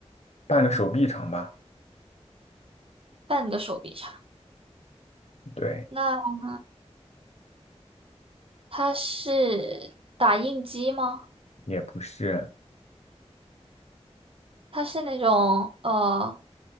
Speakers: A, on the left; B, on the right.
A: 半个手臂长吧。
B: 半个手臂长。
A: 对，
B: 那它是打印机吗？
A: 也不是
B: 它是那种呃，